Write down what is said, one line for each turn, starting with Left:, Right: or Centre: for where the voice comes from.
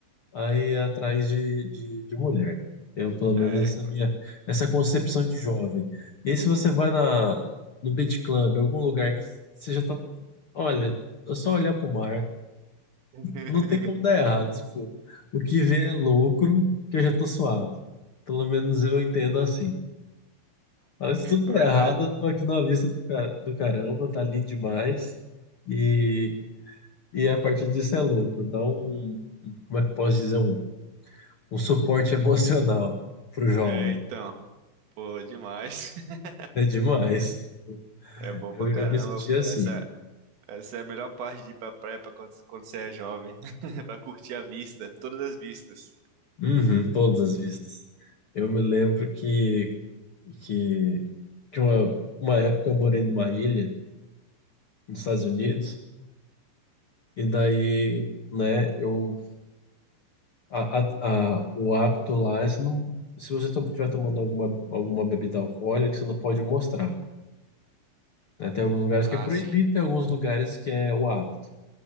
Left: a ir atrás de, de, de mulher, né? Eu, pelo menos,
Right: É.
Left: essa minha essa concepção de jovem. E aí, se você vai na, no beach club, algum lugar que você já tá, olha, é só olhar pro mar
Right: <laughs>
Left: não tem como dar errado. Tipo, o que vem é lucro, que eu já tô suave. Pelo menos eu entendo assim. Mas se tudo
Right: É verdade.
Left: der errado, eu tô aqui na vista do, ca- do caramba, tá ali demais. E, e a partir disso é lucro. Dá um, um, como é que eu posso dizer? Um, um suporte <laughs> emocional pro jovem.
Right: É, então, pô, demais. <laughs>
Left: É demais.
Right: É bom
Left: Eu,
Right: pra caramba,
Left: eu me senti
Right: pô.
Left: assim.
Right: Essa, essa é a melhor parte de ir pra praia pra quando, quando você é jovem. <laughs> Pra curtir a vista, todas as vistas.
Left: Uhum, todas as vistas. Eu me lembro que, que, que uma, uma época eu morei numa ilha nos Estados Unidos. E daí, né, eu a, a, a- o hábito lá é se não se você estiver tomando alguma alguma bebida alcoólica, você não pode mostrar, né? Tem alguns lugares
Right: Ah,
Left: que é proibido,
Right: sim.
Left: tem alguns lugares que é o hábito.